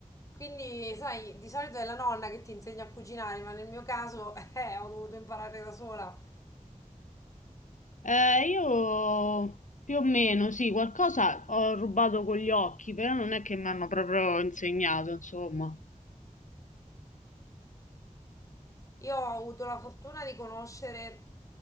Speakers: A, on the left (about 25°); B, on the left (about 70°).
A: Quindi, sai, di solito è la nonna che ti insegna a cucinare, ma nel mio caso, <laughs> eh, ho dovuto imparare da sola.
B: Eh, io più o meno, sì, qualcosa ho rubato con gli occhi, però non è che mi hanno proprio insegnato, insomma.
A: Io ho avuto la fortuna di conoscere eh,